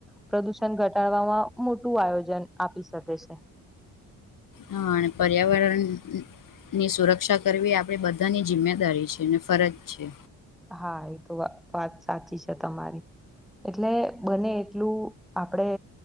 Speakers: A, in the centre; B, on the left.
A: પ્રદુષણ ઘટાડવામાં મોટું આયોજન આપી શકે છે
B: હ પર્યાવરણ ની સુરક્ષા કરવી આપડી બધાની જિમ્મેદારી છે અને ફરજ છે
A: હા એ તો વા વાત સાચી છે તમારી એટલે બને એટલું આપડે